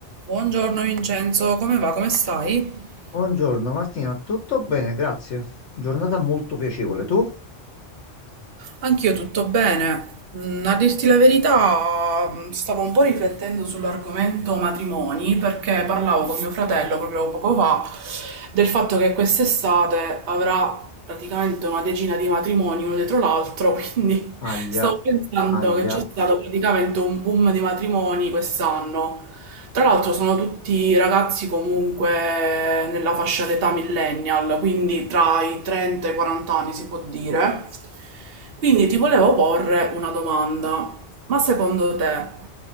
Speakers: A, on the right; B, on the left.
A: Buongiorno Vincenzo, come va? Come stai?
B: Buongiorno Martina, tutto bene, grazie. Giornata molto piacevole. Tu?
A: Anch'io tutto bene. Mm, A dirti la verità, mm, stavo un po' riflettendo sull'argomento matrimoni perché parlavo con mio fratello proprio poco fa del fatto che quest'estate avrà praticamente una decina di matrimoni uno dietro l'altro, <laughs> quindi
B: Aglia,
A: stavo pensando
B: aglia.
A: che c'è stato praticamente un boom di matrimoni quest'anno. Tra l'altro sono tutti ragazzi comunque nella fascia d'età millennial, quindi tra i 30 e i 40 anni si può dire. Quindi ti volevo porre una domanda, ma secondo te